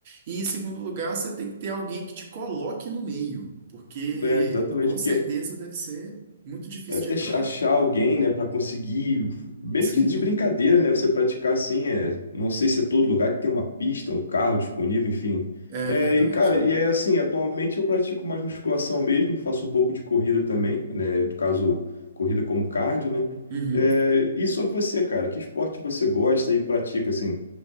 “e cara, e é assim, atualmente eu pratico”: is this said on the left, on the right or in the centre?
Left